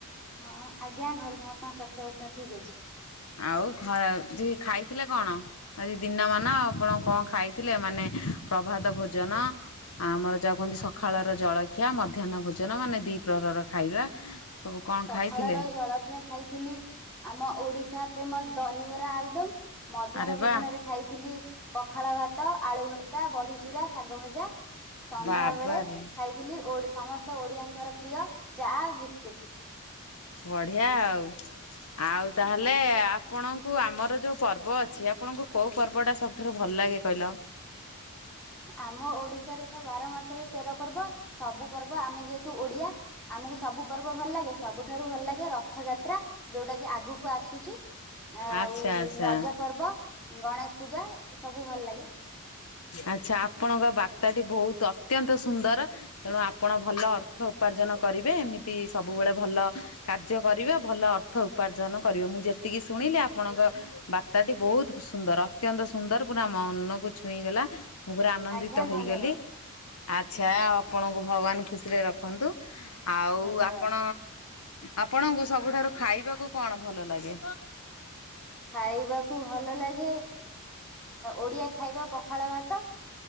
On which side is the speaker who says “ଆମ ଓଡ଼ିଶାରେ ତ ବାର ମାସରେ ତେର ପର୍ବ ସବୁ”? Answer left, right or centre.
Centre